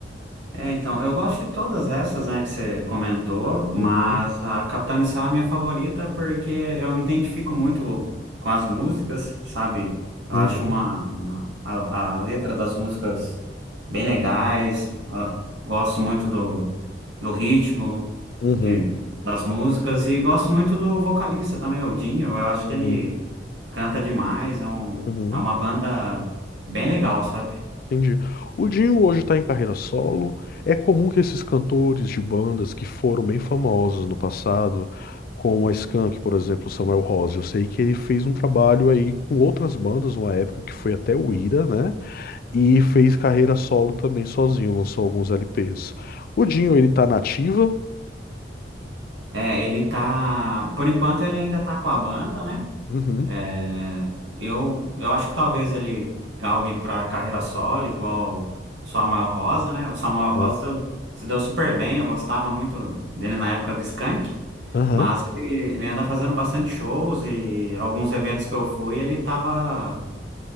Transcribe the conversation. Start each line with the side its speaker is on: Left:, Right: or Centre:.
Right: É, então, eu gosto de todas essas, né, que você comentou, mas
Left: Uhum,
Right: a Capital Inicial é a minha favorita porque eu me identifico muito com as músicas, sabe? Eu
Left: uhum,
Right: acho uma, uma- a, a letra das músicas bem legais, ah, gosto muito do, do ritmo
Left: uhum,
Right: de, das músicas e gosto muito do vocalista também, o Dinho. Eu acho
Left: uhum,
Right: que ele canta demais, é um,
Left: Uhum,
Right: é uma banda bem legal, sabe?
Left: entendi. O Dinho hoje está em carreira solo. É comum que esses cantores de bandas que foram bem famosos no passado, como a Skank, por exemplo, Samuel Rose, eu sei que ele fez um trabalho aí com outras bandas, uma época que foi até o Ira, né? E fez carreira solo também sozinho, lançou alguns LPs. O Dinho, ele tá na ativa.
Right: É, ele tá. Por enquanto ele ainda tá com a banda, né?
Left: Uhum.
Right: É, eu, eu acho que talvez ele galgue pra carreira solo, igual o Samuel Rosa, né? O Samuel
Left: Aham.
Right: Rosa deu- se deu super bem, eu gostava muito dele na época do Skank,
Left: Aham.
Right: mas ele, ele anda fazendo bastante shows e alguns eventos que eu fui, ele tava,